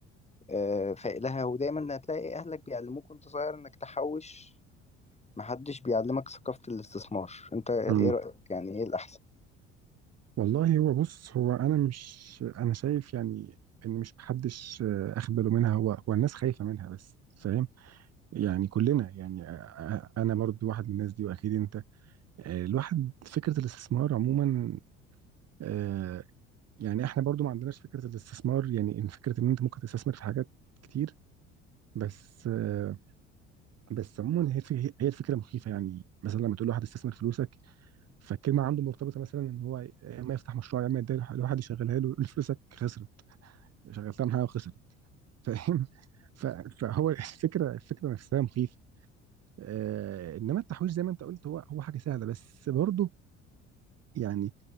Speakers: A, on the left (about 20°); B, on the right (about 45°).
A: آه، فايق لها ودايما هتلاقي اهلك بيعلموك وانت صغير انك تحوش محدش بيعلمك ثقافة الاستثمار انت ايه
B: أمم.
A: رأيك يعني ايه الاحسن <laughs>
B: والله هو بص هو انا مش انا شايف يعني ان مش محدش آه، اخد باله منها هو هو الناس خايفه منها بس فاهم يعني كلنا يعني آه، آه، انا برضو واحد من الناس دي واكيد انت آه، الواحد فكره الاستثمار عموما آه، يعني احنا برضو ما عندناش فكره الاستثمار يعني ان فكره ان انت ممكن تستثمر في حاجات كتير بس آه، بس عموما هي الفك- هي الفكره مخيفه يعني مثلا لما تقول لواحد استثمر فلوسك فالكلمه عنده مرتبطه مثلا ان هو يا اما يفتح مشروع يا اما يدير لواحد يشغلها له يقول فلوسك خسرت شغلتها معايا وخسرت فاهم ف- فهو الفكره الفكره نفسها مخيفه آه انما التحويش زي ما انت قلت هو هو حاجه سهله بس برضه يعني